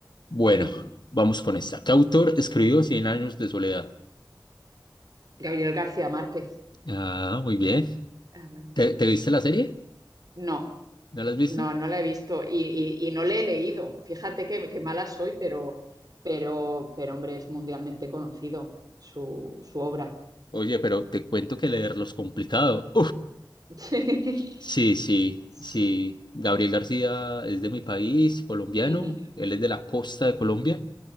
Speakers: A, on the left (about 65°); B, on the right (about 50°).
A: Bueno,
B: ujú.
A: vamos con esta. ¿Qué autor escribió Cien años de soledad?
B: Gabriel García Márquez.
A: Ah, muy bien.
B: Ah, bueno.
A: ¿Te, te viste la serie?
B: No.
A: ¿No la has visto?
B: No, no la he visto y, y- y no le he leído. Fíjate que, que mala soy, pero, pero, pero hombre, es mundialmente conocido su, su obra.
A: Oye, pero te cuento que leerlo es complicado.
B: <laughs> Sí.
A: Sí, sí,
B: Sí.
A: sí. Gabriel García es de mi país, colombiano.
B: Ujú.
A: Él es de la costa de Colombia